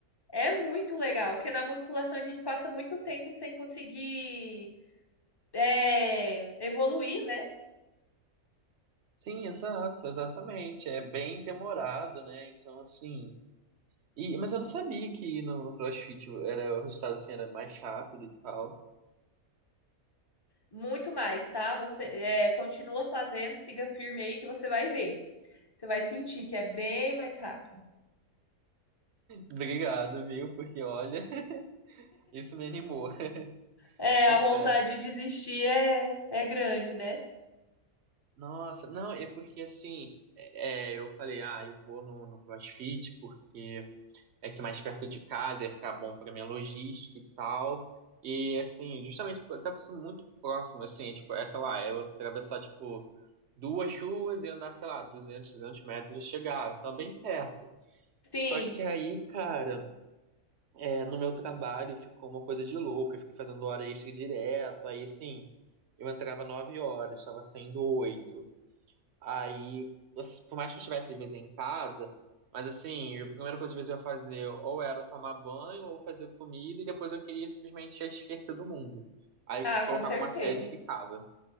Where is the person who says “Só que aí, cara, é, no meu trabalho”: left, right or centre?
Right